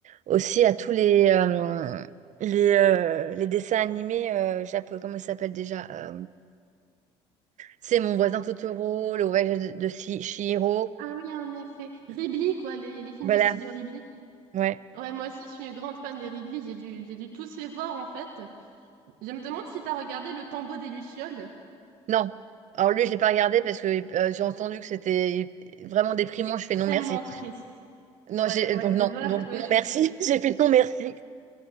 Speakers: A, on the right (about 50°); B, on the right (about 70°).
A: aussi à tous les, euh, les, euh, les dessins animés euh, japonais, comment ils s'appellent déjà? Euh, c'est Mon voisin Totoro, Le voyage de, de Shi- Chihiro.
B: Ah oui, en effet. Ghibli, quoi, les, les films
A: Voilà,
B: du studio Ghibli.
A: ouais.
B: Ouais, moi aussi, je suis une grande fan des Ghibli. J'ai dû, j'ai dû tous les voir, en fait. Je me demande si t'as regardé Le Tombeau des Lucioles.
A: Non. Alors lui, je l'ai pas regardé parce que euh, j'ai entendu que c'était vraiment déprimant.
B: Extrêmement
A: Je fais non merci.
B: triste.
A: Non,
B: Ouais,
A: j'ai
B: ouais,
A: donc non,
B: je dois
A: donc
B: avouer,
A: non
B: c'était,
A: merci. <laughs> J'ai fait non merci.